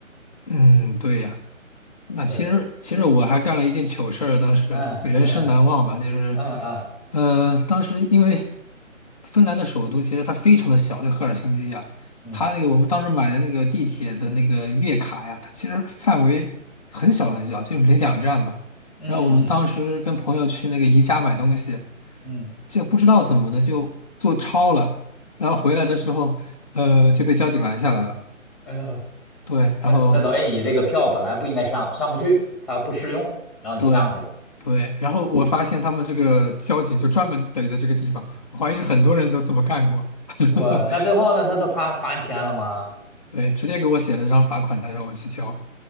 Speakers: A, on the left; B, in the centre.
A: 嗯，对呀，那其实其实我还干了一件糗事儿，
B: 对，
A: 当时人生难忘吧，
B: 嗯嗯
A: 就是，
B: 嗯嗯
A: 呃，当时因为芬兰的首都其实它非常的小，就赫尔辛基呀，
B: 嗯嗯
A: 它那个我们当时买的那个地铁的那个月卡呀，它其实范围很小很小，就没两站吧。
B: 嗯嗯
A: 然后我们当时跟朋友去那个宜家买东西，
B: 嗯。
A: 就不知道怎么的就坐超了，然后回来的时候，呃，就被交警拦下来了。
B: 嗯嗯
A: 对，然后
B: 那那等于你这个票本来不应该上，上不去，它不适用，然后你上去了，
A: 对对，然后我发现他们这个交警就专门逮在这个地方，我怀疑是很多人都这么干过。<laughs>
B: 我那最后呢，他都怕罚你钱了吗？
A: 对，直接给我写了张罚款单让我去交。